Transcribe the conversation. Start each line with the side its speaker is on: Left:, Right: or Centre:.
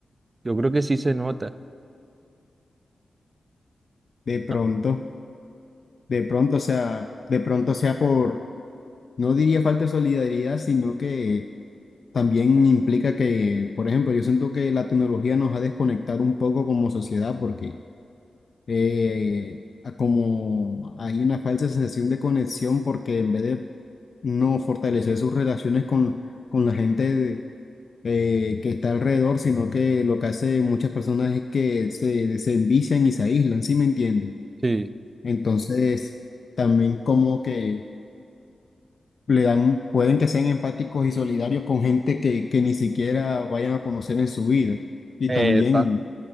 Right: yo creo que sí se nota.
Left: De pronto,
Right: Ah,
Left: de pronto, o sea, de pronto sea por, no diría falta de solidaridad, sino que también implica que, por ejemplo, yo siento que la tecnología nos ha desconectado un poco como sociedad porque eh, a- como hay una falsa sensación de conexión porque en vez de no fortalecer sus relaciones con, con la gente de- eh, que está alrededor, sino que lo que hace muchas personas es que se, se envician y se aíslan, ¿sí me entienden?
Right: Sí.
Left: Entonces, también como que le dan, pueden que sean empáticos y solidarios con gente que, que ni siquiera vayan a conocer en su vida. Y
Right: Epa.
Left: también